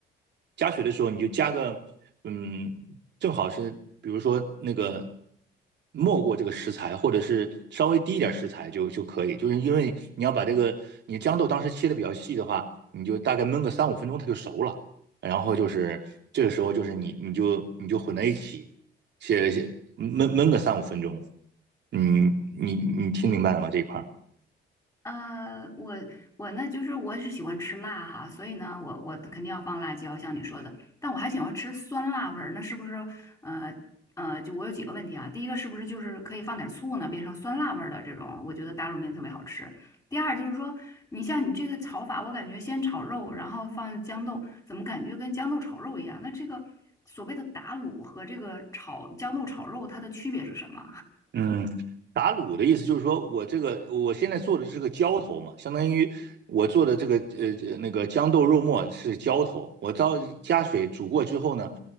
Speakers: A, on the right; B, on the left.
A: 加水的时候你就加个嗯，正好是比如说那个没过这个食材，或者是稍微低一点食材就就可以，就是因为你要把这个你豇豆当时切的比较细的话，你就大概焖个三五分钟它就熟了，然后就是这个时候就是你你就你就混在一起，切切焖焖个三五分钟，嗯，你你听明白了吗这一块儿？
B: 呃，我我呢，就是我是喜欢吃辣哈，所以呢，我我肯定要放辣椒，像你说的。但我还喜欢吃酸辣味儿，那是不是呃呃，就我有几个问题啊？第一个是不是就是可以放点醋呢，变成酸辣味儿的这种？我觉得打卤面特别好吃。第二就是说，你像你这个炒法，我感觉先炒肉，然后放豇豆，怎么感觉跟豇豆炒肉一样？那这个所谓的打卤和这个炒豇豆炒肉，它的区别是什么？
A: 嗯，打卤的意思就是说我这个我现在做的是个浇头嘛，相当于我做的这个呃呃那个豇豆肉末是浇头，我到加水煮过之后呢，